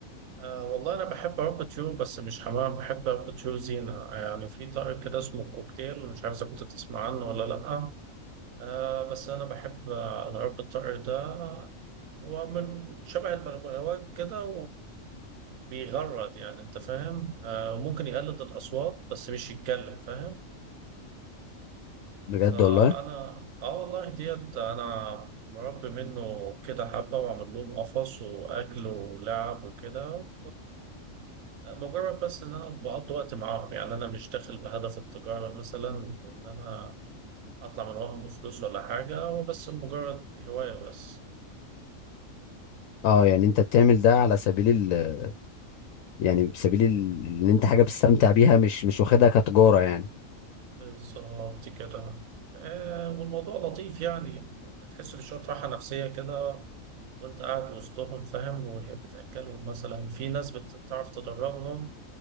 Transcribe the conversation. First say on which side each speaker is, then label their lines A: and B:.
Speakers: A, on the right (about 85°); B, on the left (about 80°).
A: آه والله أنا بحب عقد يو بس مش حمام بحب عقد يو زينة يعني في طارق كده اسمه كوكتيل مش عارف إذا كنت تسمع عنه ولا لأ آه بس أنا بحب آه، عقد الطارق ده هو من شبه البغبغاوات كده وبيغرد يعني أنت فاهم آه ممكن يقلد الأصوات بس مش يتكلم فاهم
B: بجد
A: فأنا
B: والله
A: آه والله ديت أنا مربي منه كده حبة وعامل لهم قفص وأكل ولعب وكده مجرد بس ان انا بقضي وقت معاهم يعني انا مش داخل بهدف التجاره مثلا او ان انا اطلع من وراهم بفلوس ولا حاجه هو بس مجرد هوايه بس
B: اه يعني انت بتعمل ده على سبيل ال يعني سبيل ال- ان انت حاجه بتستمتع بيها مش مش واخدها كتجاره يعني
A: بالظبط كده آه والموضوع لطيف يعني بتحس بشويه راحه نفسيه كده وانت قاعد وسطهم فاهم وهي بتاكلهم مثلا في ناس بتعرف تدربهم